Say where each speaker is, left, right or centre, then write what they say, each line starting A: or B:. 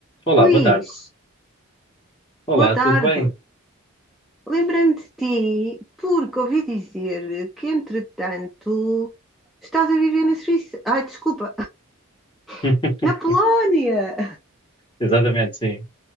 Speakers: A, on the left; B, in the centre.
A: Olá,
B: Luís,
A: boa tarde. Olá,
B: boa tarde.
A: tudo bem?
B: Lembrei-me de ti porque ouvi dizer que, entretanto, estás a viver na Suíça. Ai, desculpa,
A: <laughs>
B: <laughs> na Polónia!
A: Exatamente, sim.